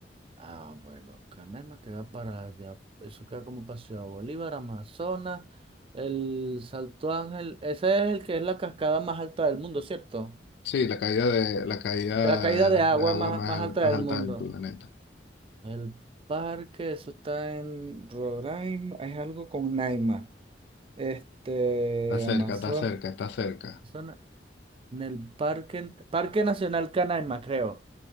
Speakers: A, on the right (about 30°); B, on the left (about 65°).
A: Ah, bueno, Canaima queda para. allá. Eso queda como para Ciudad Bolívar, Amazonas. El Salto Ángel. Ese es el que es la cascada más alta del mundo, ¿cierto?
B: Sí, la caída de la caída
A: De la caída de
B: de
A: agua
B: agua
A: más,
B: más,
A: más
B: al-
A: alta
B: más
A: del
B: alta
A: mundo.
B: del planeta.
A: El parque, eso está en Roraima, es algo con Naima. Este,
B: Está cerca,
A: Amazon,
B: está cerca, está cerca.
A: Amazonas, en el parque, Parque Nacional Canaima, creo.